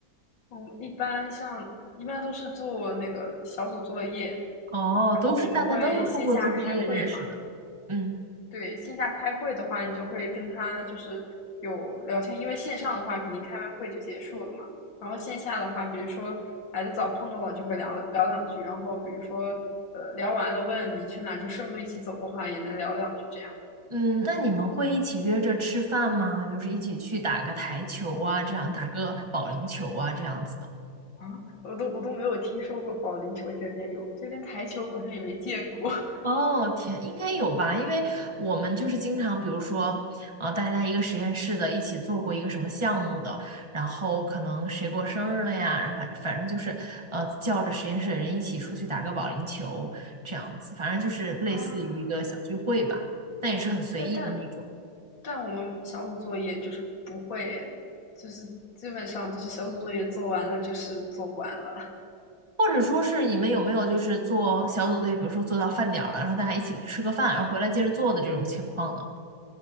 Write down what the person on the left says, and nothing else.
我们一般像一般都是做那个小组作业，
然后我们会线下开会嘛，
对，线下开会的话，你就会跟他就是有聊天，因为线上的话肯定开完会就结束了嘛。然后线下的话，比如说来的早碰到了就会聊聊两句，然后比如说呃聊完了问你去哪，就顺路一起走的话也能聊两句这样
啊。我都我都没有听说过保龄球这边有，这边台球好像也没见过 <laughs>
啊。
但但但我们小组作业就是不会诶，就是基本上就是小组作业做完了就是做完了。